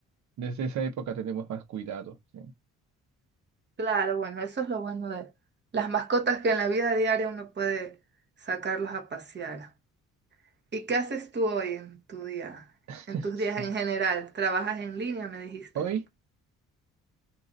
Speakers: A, on the right; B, on the right.
A: Desde esa época tenemos más cuidado, ¿sí?
B: Claro, bueno, eso es lo bueno de las mascotas que en la vida diaria uno puede sacarlos a pasear. ¿Y qué haces tú hoy en tu día?
A: <laughs>
B: En tus
A: Sí.
B: días en general, ¿trabajas en línea, me dijiste?
A: Hoy,